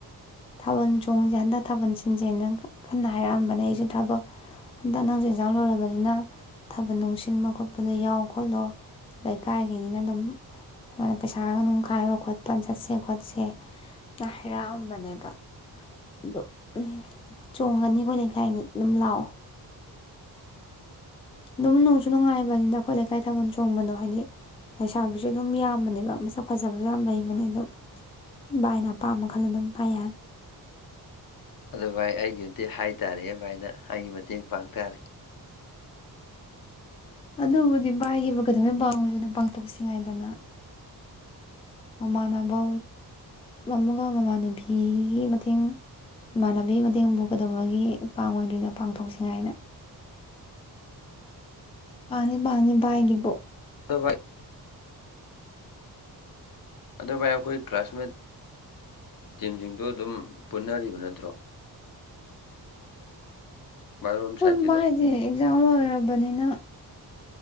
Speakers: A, on the left; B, on the left.
A: ꯊꯥꯕꯜ ꯆꯣꯡꯖꯦ ꯍꯟꯗꯛ ꯊꯥꯕꯜ ꯁꯤꯟꯁꯦꯅ ꯀꯟꯅ ꯍꯥꯏꯔꯛꯑꯝꯕꯅꯦ ꯑꯩꯁꯨ ꯊꯕꯛ ꯍꯟꯗꯛ ꯅꯪꯖꯨ ꯑꯦꯛꯖꯥꯝ ꯂꯣꯏꯔꯕꯅꯤꯅ ꯊꯥꯕꯜ ꯅꯨꯡ ꯁꯤꯟꯕ ꯈꯣꯠꯄꯗ ꯌꯥꯎ ꯈꯣꯠꯂꯣ ꯂꯩꯀꯥꯏꯒꯤꯅꯤꯅ ꯑꯗꯨꯝ ꯁꯨꯃꯥꯏꯅ ꯄꯩꯁꯥ ꯅꯨꯡꯈꯥꯏꯕ ꯈꯣꯠꯄ ꯆꯠꯁꯦ ꯈꯣꯠꯁꯦ ꯅ ꯍꯥꯏꯔꯛꯑꯝꯕꯅꯦ ꯑꯗꯣ ꯎꯝ ꯆꯣꯡꯒꯅꯤ ꯑꯩꯈꯣꯏ ꯂꯩꯈꯥꯏꯒꯤ ꯑꯗꯨꯝ ꯂꯥꯑꯣ ꯑꯗꯨꯝ ꯅꯨꯡꯁꯨ ꯅꯨꯡꯉꯥꯏꯕꯅꯤꯗ ꯑꯩꯈꯣꯏ ꯂꯩꯀꯥꯏ ꯊꯥꯕꯜ ꯆꯣꯡꯕꯗꯣ ꯍꯥꯏꯗꯤ ꯂꯩꯁꯥꯕꯤꯁꯨ ꯑꯗꯨꯝ ꯌꯥꯝꯕꯅꯦꯕ ꯃꯁꯛ ꯐꯖꯕꯁꯨ ꯌꯥꯝ ꯂꯩꯕꯅꯦ ꯑꯗꯨꯝ ꯕꯥꯥꯏꯅ ꯑꯄꯥꯝꯕ ꯈꯜꯂ ꯑꯗꯨꯝ ꯄꯥꯏꯌꯥ
B: ꯑꯗꯨ ꯚꯥꯏ ꯑꯩꯒꯤꯗꯤ ꯍꯥꯏꯇꯥꯥꯔꯦ ꯚꯥꯏꯅ ꯑꯩꯒꯤ ꯃꯇꯦꯡ ꯄꯥꯡ ꯇꯔꯦ
A: ꯑꯗꯨꯕꯨꯗꯤ ꯚꯥꯏꯒꯤꯕꯨ ꯀꯩꯗꯝꯕꯩ ꯄꯥꯡ ꯑꯣꯏꯏꯗꯣꯏꯅꯣ ꯄꯥꯡꯊꯣꯛꯁꯤꯉꯥꯏꯗꯅ ꯃꯃꯥꯟꯅꯕ ꯑꯃꯒ ꯃꯃꯥꯟꯅꯕꯤꯒꯤ ꯃꯇꯦꯡ ꯏꯃꯥꯟꯕꯤꯒꯤ ꯃꯇꯦꯡꯕꯨ ꯀꯩꯗꯝꯕꯒꯤ ꯄꯥꯡ ꯑꯣꯏꯏꯗꯣꯏꯅꯣ ꯄꯥꯡꯊꯣꯛꯁꯤꯉꯥꯏꯅ ꯃꯥꯅꯤ ꯃꯥꯅꯤ ꯚꯥꯏꯒꯤꯕꯣ
B: ꯑꯗꯣ ꯚꯥꯏ ꯑꯗꯣ ꯚꯥꯏ ꯑꯩꯈꯣꯏ ꯀ꯭ꯂꯥꯁꯃꯦꯠ ꯇꯤꯝꯁꯤꯡ ꯑꯗꯨ ꯑꯗꯨꯝ ꯄꯨꯟꯅꯔꯤꯕ ꯅꯠꯇ꯭ꯔꯣ ꯃꯥꯏꯔꯣꯝ
A: ꯁꯣꯟꯕ
B: ꯁꯥꯏꯠꯀꯤꯗꯣ
A: ꯍꯥꯏꯗꯤ ꯑꯦꯛꯖꯥꯝ ꯂꯣꯏꯔꯕꯅꯤꯅ